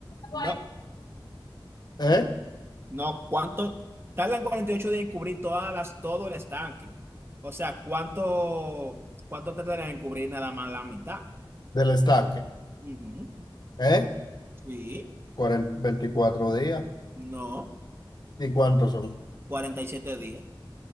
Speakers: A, on the left; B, on the right.
A: voy.
B: No.
A: ¿Eh?
B: No, ¿cuánto? Tardan 48 días en cubrir todas las, todo el estanque. O sea, ¿cuánto, cuánto tardan en cubrir nada más la mitad?
A: Del estanque.
B: Ujú.
A: ¿Eh?
B: Sí,
A: 40 veinticuatro días.
B: no,
A: ¿Y cuántos son?
B: 47 días.